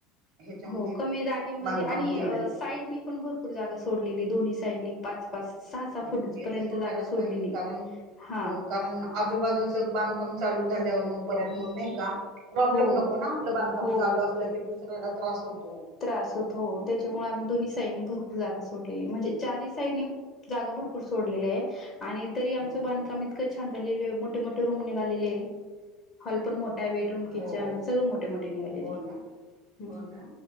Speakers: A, on the right; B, on the left.
A: ह्याच्यामध्ये
B: हो कमी जागेमध्ये
A: बांधकाम
B: आणि
A: केलं
B: साईडनी पण भरपूर जागा सोडलेली दोन्ही साईडनी पाच पाच सहा सहा
A: हो
B: फूट
A: ते
B: पर्यंत
A: तर सोडायलाच
B: जागा सोडलेली
A: पाहिजे, कारण
B: हा
A: हो कारण आजूबाजूच बांधकाम चालू झाल्यावर परत मग नाय का प्रॉब्लेम
B: हो
A: नको ना आपल बांधला
B: हो
A: चालू असल दुसऱ्याला त्रास नको.
B: त्रास होत हो त्याच्यामुळे आम्ही दोन्ही साईड भरपूर जागा सोडलेली म्हणजे चार साईडनी जागा भरपूर सोडलेली आहे. आणि तरी आमचं
A: हो
B: बांधकाम
A: हो
B: इतकं छान झालेलं आहे, मोठे मोठे रूम निघालेले आहे हॉल पण मो ठा आहे. बेडरूम किचन
A: हो
B: सगळं मोठे मोठे निघालेले
A: हो
B: आहे.
A: ना
B: हम्म
A: हो ना